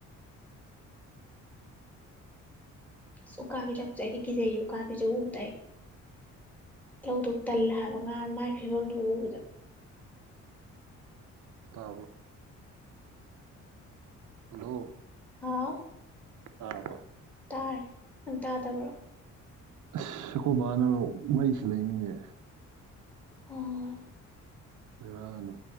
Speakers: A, in the centre; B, on the right.
A: ꯑ ꯎꯀꯥꯕꯤ ꯂꯛꯄꯁꯦ ꯑꯩꯗꯤ ꯀꯤꯖꯩꯌꯦ ꯎꯀꯥꯕꯤꯁꯨ ꯎꯕ ꯂꯧꯗꯧꯛ ꯇꯜꯂꯦ ꯍꯥꯏꯕ ꯉꯥ ꯃꯥꯏ ꯐꯤꯕꯝꯗꯨ ꯎꯕꯗ
B: ꯇꯕ꯭ꯔꯣ ꯍꯜꯂꯣ
A: ꯍꯥꯥꯎ
B: ꯇꯥꯔꯕꯣ
A: ꯇꯥꯔꯦ ꯅꯪ ꯇꯥꯗꯕ꯭ꯔꯣ
B: ꯑꯁ ꯑꯀꯣꯢꯕꯅ ꯃꯩ ꯁꯤꯜꯂꯛꯢꯝꯅꯤꯅꯦ
A: ꯑꯣ
B: ꯕꯦꯔꯅꯦ